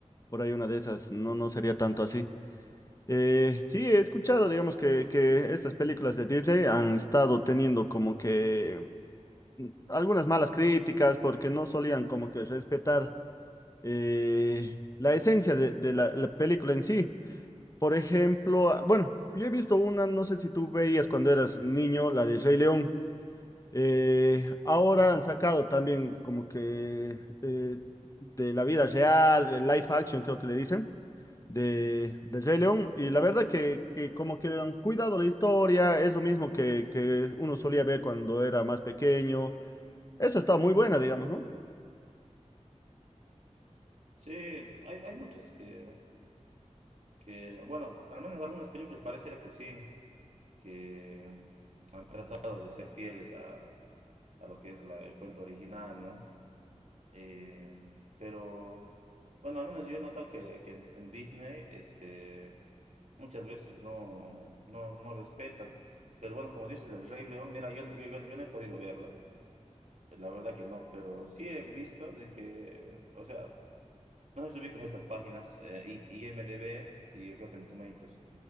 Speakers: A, on the left; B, on the right.
A: Por ahí una de esas no, no sería tanto así. Eh, sí, he escuchado, digamos, que, que estas películas de Disney han estado teniendo como que algunas malas críticas porque no solían como que respetar eh, la esencia de, de la, la película en sí. Por ejemplo, ah, bueno, yo he visto una, no sé si tú veías cuando eras niño, la de Rey León. Eh, ahora han sacado también como que eh, de la vida real, el live action creo que le dicen, de, de Rey León. Y la verdad que, que como que han cuidado la historia, es lo mismo que, que uno solía ver cuando era más pequeño. Esa está muy buena, digamos, ¿no?
B: Sí, hay, hay muchas que, que, bueno, al menos algunas películas pareciera que sí. que han tratado de ser fieles a, a lo que es la- el cuento original, ¿no? Eh, pero, bueno, al menos yo he notado que, que en en Disney, este, muchas veces no, no, no respetan. Pero bueno, como dices del Rey León, mira, yo no, yo, yo no yo no he podido verla, la verdad que no, pero sí he visto de que, o sea, no sé si ubicas estas páginas, eh, I- IMDb y Rotten Tomatoes.